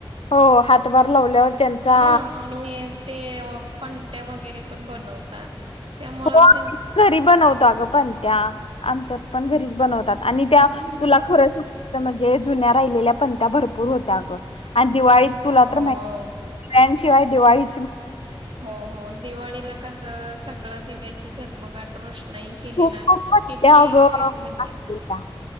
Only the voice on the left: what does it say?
हो हातभार लावल्यावर त्यांचा
हो
घरी बनवतो. पणत्या त्या आमच्यात पण घरीच बनवतात. आणि त्या
तुला खरच म्हणजे जुन्या राहिलेल्या पंणत्या भरपूर होत्या अ ग आणि दिवाळी तुला
तर माहित आहे किवाय दिवाळी.
खूप
खूप
बसल्या अगं
आठवीला.